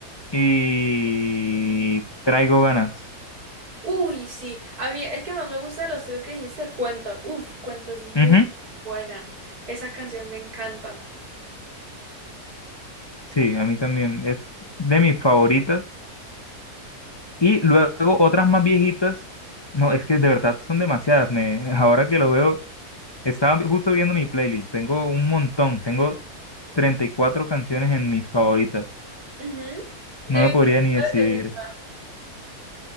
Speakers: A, on the left (about 40°); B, on the right (about 75°).
A: y traigo ganas.
B: Uy, sí. A mí el que más me gusta de los tres que dijiste, Cuento. Uf, Cuento es muy
A: Ujú,
B: buena. Esa canción me encanta.
A: Sí, a mí también es de mis favoritas. Y luego otras más viejitas, no, es que de verdad son demasiadas. Me, <laughs> ahora que lo veo, estaba justo viendo mi playlist, tengo un montón, tengo 34 canciones en mis favoritas.
B: Ujú. De
A: No me
B: Victoria,
A: podría ni
B: ¿cuál
A: decidir.
B: te gusta?